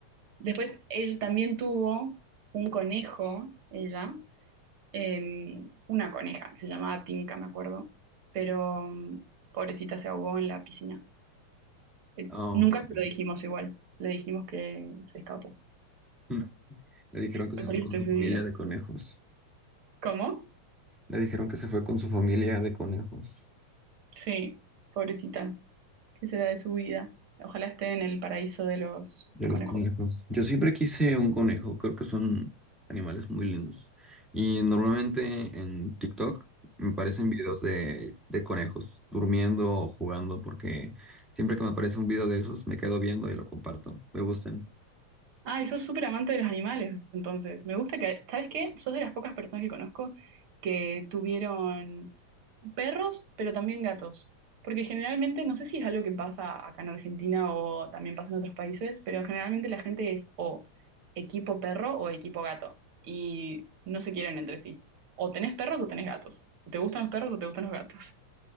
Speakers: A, on the right; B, in the centre.
A: Después, ella también tuvo un conejo, ella, eh, una coneja que se llamaba Tinka, me acuerdo, pero mm, pobrecita se ahogó en la piscina. Es-
B: Ah,
A: nunca
B: ok. <laughs>
A: se lo dijimos igual, le dijimos que se escapó.
B: Mm. Le dijeron que
A: Fue
B: se
A: triste
B: fue con su
A: ese
B: familia
A: día.
B: de conejos.
A: ¿Cómo?
B: Le dijeron que se fue con su familia de conejos.
A: Sí, pobrecita. ¿Qué será de su vida? Ojalá esté en el paraíso de los
B: De los
A: conejos.
B: conejos. Yo siempre quise un conejo, creo que son animales muy lindos. Y normalmente en TikTok me aparecen videos de, de conejos durmiendo o jugando, porque siempre que me aparece un video de esos me quedo viendo y lo comparto. Me gustan.
A: Ay, sos súper amante de los animales, entonces. Me gusta que, ¿sabes qué? Sos de las pocas personas que conozco que tuvieron perros, pero también gatos. Porque generalmente, no sé si es algo que pasa acá en Argentina o también pasa en otros países, pero generalmente la gente es o equipo perro o equipo gato. Y no se quieren entre sí. O tenés perros o tenés gatos. O te gustan los perros o te gustan los gatos.